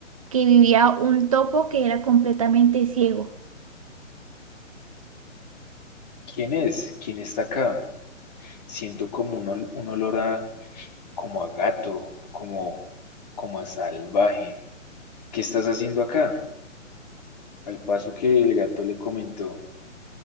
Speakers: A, on the right (about 25°); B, on the left (about 35°).
A: que vivía un topo que era completamente ciego.
B: ¿Quién es? ¿Quién está acá? Siento como un, ol- un olor a, como a gato, como, como a salvaje. ¿Qué estás haciendo acá? Al paso que el gato le comentó,